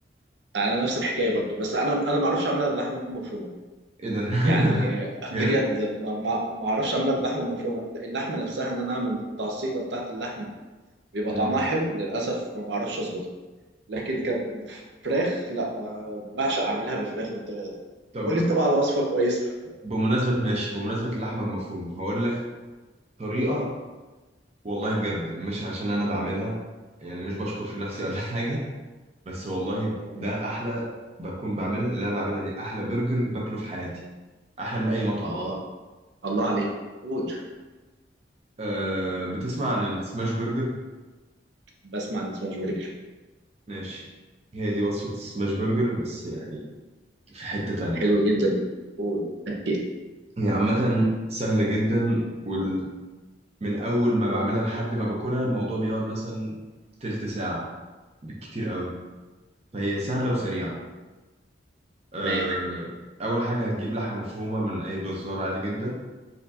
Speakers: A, on the right; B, on the right.
A: انا نفس الحكايه برضو بس انا انا ما اعرفش اعملها باللحمه المفرومه
B: ايه ده
A: يعني
B: <laughs>
A: <laughs> آه،
B: بجد
A: بجد ما ما ما اعرفش اعملها باللحمه المفرومه اللحمه نفسها ان انا اعمل التعصيجه بتاعه اللحمه بيبقى
B: امم
A: طعمها حلو للاسف ما بعرفش اظبطها لكن كفراخ لا آه، بعشق اعملها بالفراخ بالطريقه دي
B: طب
A: قول لي انت بقى على وصفه كويسه
B: بمناسبة ماشي بمناسبة اللحمة المفرومة هقول لك طريقة والله بجد مش عشان أنا بعملها يعني مش بشكر في نفسي ولا <laughs> حاجة بس والله
A: تمام
B: ده أحلى بكون بعملها اللي أنا بعملها دي أحلى برجر باكله في حياتي أحلى من أي مطعم
A: اه الله عليك قول
B: أه بتسمع عن السماش برجر
A: بسمع عن سماش برجر
B: ماشي هي دي وصفة السماش برجر بس يعني في حتة تانية
A: حلو جدا قول اوكي
B: هي عامة سهلة جدا ومن أول ما بعملها لحد ما باكلها الموضوع بيقعد مثلا تلت ساعة بالكتير قوي فهي سهلة وسريعة آه،
A: تمام
B: أول حاجة هتجيب لحمة مفرومة من أي جزار عادي جدا